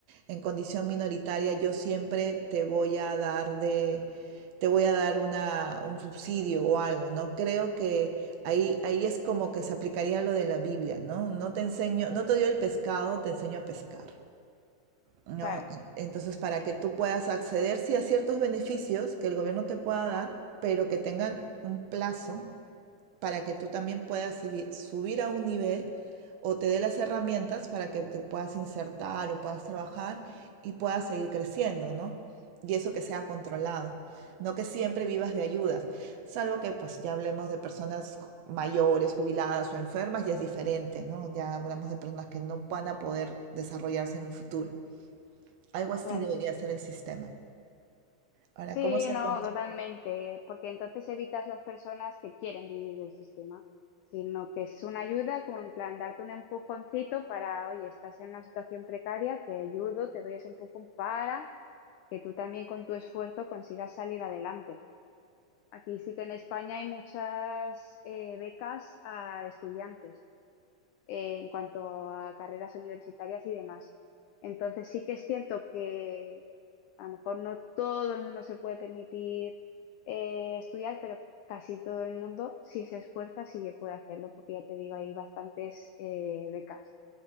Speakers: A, on the right; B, on the left.
A: en condición minoritaria yo siempre te voy a dar de te voy a dar una, un subsidio o algo, ¿no? Creo que ahí, ahí es como que se aplicaría lo de la Biblia, ¿no? No te enseño, no te dio el pescado, te enseño a pescar. ¿no?
B: claro,
A: Entonces, para que tú puedas acceder, sí, a ciertos beneficios que el gobierno te pueda dar, pero que tengan un plazo para que tú también puedas subi- subir a un nivel o te dé las herramientas para que te puedas insertar o puedas trabajar y puedas seguir creciendo, ¿no? Y eso que sea controlado, no que siempre vivas de ayudas, salvo que pues ya hablemos de personas ju- mayores, jubiladas o enfermas, y es diferente, ¿no? Ya hablamos de personas que no van a poder desarrollarse en un futuro. Algo así
B: claro.
A: debería ser el sistema. Ahora,
B: Sí,
A: ¿cómo se
B: no,
A: controla?
B: totalmente, porque entonces evitas las personas que quieren vivir del sistema, sino que es una ayuda como en plan darte un empujoncito para, oye, estás en una situación precaria, te ayudo, te doy ese empujón para que tú también con tu esfuerzo consigas salir adelante. Aquí sí que en España hay muchas eh, becas a estudiantes eh, en cuanto a carreras universitarias y demás. Entonces sí que es cierto que a lo mejor no todo el mundo se puede permitir eh, estudiar, pero casi todo el mundo, si se esfuerza, sí que puede hacerlo, porque ya te digo, hay bastantes eh, becas.